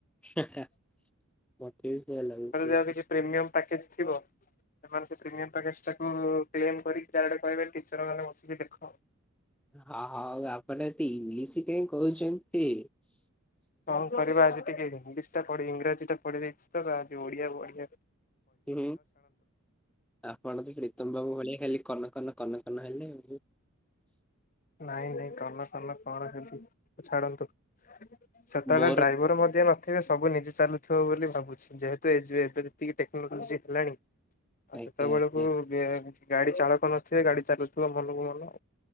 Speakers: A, in the centre; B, on the left.
A: ହେ ହେ ମୋତେ ବି ସେଇୟା ଲାଗୁଚି।
B: ତାଙ୍କର ଯାହା କିଛି ପ୍ରିମିୟମ ପ୍ୟାକେଜ୍ ଥିବ, ସେମାନେ ସେ ପ୍ରିମିୟମ ପ୍ୟାକେଜ୍ ଟାକୁ ଫେମ କରିକି ଚାରିଆଡେ କହିବେ ଟିଚର୍ ମାନେ ବସିକି ଦେଖ।
A: ହଁ, ହଁ ହଉ ଆପଣ ଏତେ ଇଂଲିଶ କାଇଁ କହୁଛନ୍ତି।
B: କଣ କରିବା ଆଜି ଟିକେ ହି ଇଂଲିଶ ଟା ପଢି ଇଂରାଜୀ ଟା ପଢି ଦେଇଛି ତ ଆଜି ଓଡିଆ ବଢ଼ିଆ
A: ହୁଁ, ହୁଁ, ଆପଣ ତ ପ୍ରୀତମ ବାବୁ ଭଳିଆ ଖାଲି କନକନ କନ କନ ହେଲେ ଆଉ।
B: ନାଇଁ ନାଇଁ କନକନ କଣ ହେବି ଛାଡନ୍ତୁ। ସେତେବେଳେ
A: ମୋର
B: ଡ୍ରାଇଭର୍ ମଧ୍ୟ ନ ଥିବେ ସବୁ ନିଜେ ଚାଲୁଥିବ ବୋଲି ଭାବୁଛି। ଯେହେତୁ ଏଜୁ ଏବେ ଯେତିକି ଟେକ୍ନୋଲୋଜି ହେଲାଣି ଆଉ
A: ଆଜ୍ଞା
B: ସେତେବେଳକୁ
A: ଆଜ୍ଞା
B: ବେ- ଗାଡି ଚାଳକ ନଥିବେ, ଗାଡି ଚାଲୁଥିବ ମନକୁ ମନ।